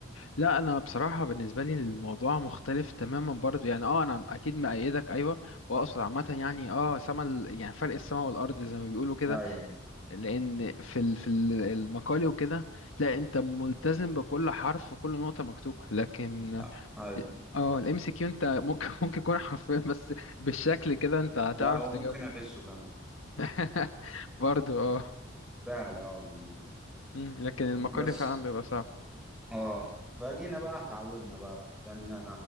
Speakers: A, on the left; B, in the centre.
A: لا انا بصراحه بالنسبه لي الموضوع مختلف تماما برضو يعني اه انا اكيد مأيدك ايوه واقصد عامه يعني اه سما ال- يعني فرق السما والارض زي ما بيقولوا كده
B: ايوه
A: لان في ال- في ال- المقال وكده لا انت ملتزم بكل حرف وكل نقطه مكتوبه لكن
B: آه، ايوه
A: اه الام سي كيو انت ممكن <laughs> ممكن يكون حرفيا بس بالشكل كده انت هتعرف
B: لا وممكن
A: تجاوب
B: اغشه كمان
A: <laughs> برضو اه
B: سهلة اه بالنسبة لي.
A: مم، لكن المقال
B: بس
A: فعلا بيبقى صعب
B: اه فجينا بقى اتعودنا بقى في تانية